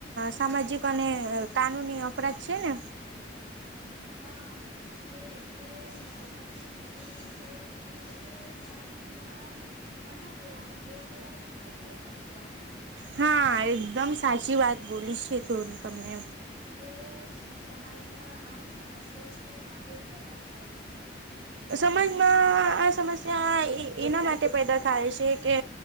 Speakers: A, on the right (about 75°); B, on the right (about 30°).
A: સામાજિક અને કાનૂની અપરાધ છે ને
B: હા જે એટલે અજનમી દીકરી ને ફક્ત એ દીકરી છે કારની જીવાવામાં વન દેવો એજ સ્ત્રી ભ્રૂણ હત હત્યા.
A: હા એકદમ સાચી વાત બોલી છે તો તમને.
B: જે સમાજમાં આ સમસ્યા છે માટે પેદા થાય છે.
A: સમાજમાં આ સમસ્યા એના માટે પેદા થાય છે. કે